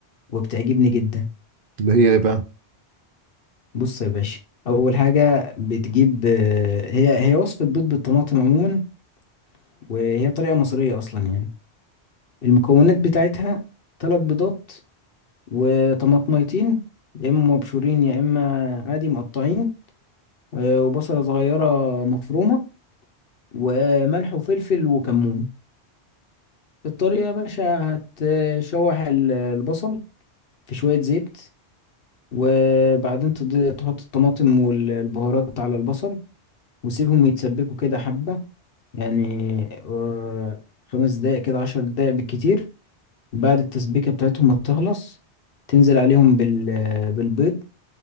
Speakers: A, on the left; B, on the right.
A: وبتعجبني جدا
B: اللي هي ايه بقى
A: بص يا باشا اول حاجة بتجيب آه، هي هي وصفة بيض بالطماطم عموما وهي طريقة مصرية اصلا يعني المكونات بتاعتها ثلاث بيضات وطماطميتين يا اما مبشورين يا اما عادي مقطعين آه، وبصلة صغيرة مفرومة وملح وفلفل وكمون الطريقة يا باشا هتشوح ال- البصل في شوية زيت وبعدين تض- تحط الطماطم والبهارات على البصل وسيبهم يتسبكوا كده حبة يعني آه، خمس دقايق كده عشر دقايق بالكتير بعد التسبيكة بتاعتهم ما تخلص تنزل عليهم بال بالبيض